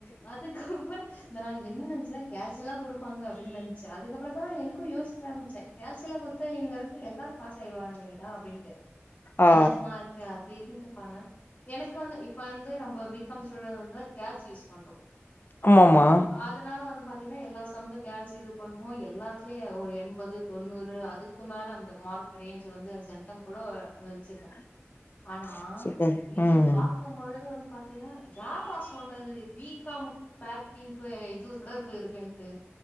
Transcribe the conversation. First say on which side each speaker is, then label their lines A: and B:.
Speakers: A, on the left; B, on the left.
A: அதுக்கப்பறோ நா என்ன நெனச்சே கேஷ்லா குடுப்பாங்க அப்டின்னு நினச்ச அதுக்கப்பறோ தான் எனக்கும் யோசி ச்ச கேஷ்லா குடுத்தா இங்க இருக்க எல்லாரும் பாஸ் ஆய்டுவானங்களேடா அப்டின்ட்டு மைனஸ்
B: ஆ
A: மார்க் எ அது இது தப்பானா எனக்கு வந்து இப்ப வந்து நம்ம பிகாம் ஸ்டூடெண்ட்டு கேஸ் யூஸ் பண்றோம்
B: ஆமாமா
A: அதனால வந்து பாத்தீங்கன்னா எல்லா சம்ச்சும் கோல்சி இது பண்ணுவோம் எல்லாத்துலயு ஒரு எ எண்பது தொண்ணூறு அதுக்கு மேல அந்த மார்க் ரேஞ்ச் வந்து சென்டம் கூட அ அ வெச்சிருக்கேன்
B: <inaudible>
A: ஆனா
B: சூப்பர்
A: இது
B: ம்
A: பா க்கும் பொழுது வந்து பாத்தீங்கன்னா யார்ரா சொன்னது பி காம் க் பேக்கிங்கு இது தொடர்பு இருக்குன்ட்டு